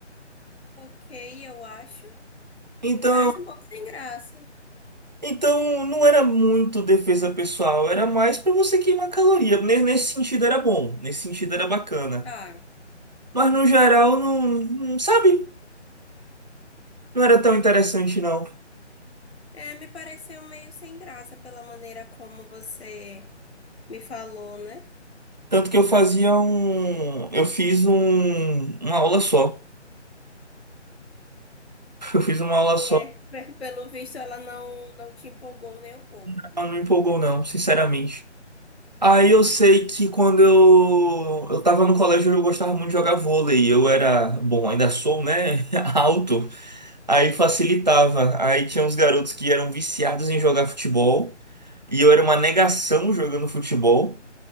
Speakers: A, on the left; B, on the right.
A: Ok, eu acho.
B: Então,
A: Parece um pouco sem graça.
B: então não era muito defesa pessoal, era mais para você queimar caloria. Ne- Nesse sentido era bom, nesse sentido era bacana.
A: Ah,
B: Mas no geral não, não- sabe? Não era tão interessante não.
A: é, me pareceu meio sem graça pela maneira como você me falou, né?
B: Tanto que eu fazia um, eu fiz um, uma aula só. <laughs> Eu fiz uma aula só,
A: É, <laughs> pelo visto ela não, não te empolgou nem um pouco.
B: mas não me empolgou não, sinceramente. Aí eu sei que quando eu, eu tava no colégio eu gostava muito de jogar vôlei. Eu era, bom, ainda sou, né? <laughs> Alto. Aí facilitava. Aí tinha uns garotos que eram viciados em jogar futebol. E eu era uma negação jogando futebol.